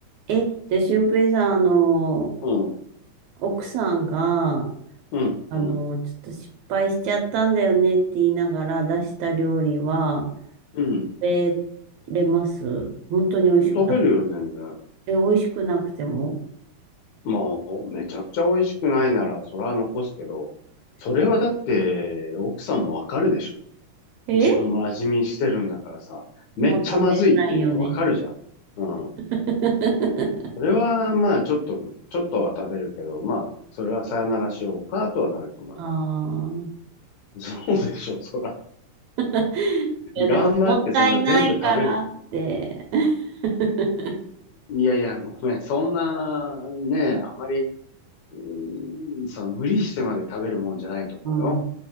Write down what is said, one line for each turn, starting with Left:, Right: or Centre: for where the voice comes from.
Right: え、え、で、俊平さん、あの、
Left: う
Right: 奥さんが、
Left: ん、
Right: あの、
Left: うん、うん、
Right: ちょっと失敗しちゃったんだよねって言いながら出した料理は、
Left: うん。
Right: 食べれます本当に美味しくなかった
Left: 食べるよ、全然。
Right: え、美味しくなくても
Left: もう、めちゃくちゃ美味しくないなら、それは残すけど、それはだって、奥さんもわかるでしょ。
Right: え
Left: 自分も味見してるんだからさ、めっちゃまずいっていうのわかるじゃん。
Right: もう食べれないよね。
Left: うん。
Right: <laughs>
Left: それは、まあ、ちょっと、ちょっとは食べるけど、まあ、それはさよならしようかとはなると思うよ。
Right: ああ。
Left: <laughs> そうでしょ、そら。
Right: <laughs> いや、でも、
Left: 頑張ってそんな全部食べると。
Right: もったいないからって。<laughs>
Left: いやいや、ごめん。そんな、ね、あまり、うーんその無理してまで食べるもんじゃないと思うよ。
Right: うん、うん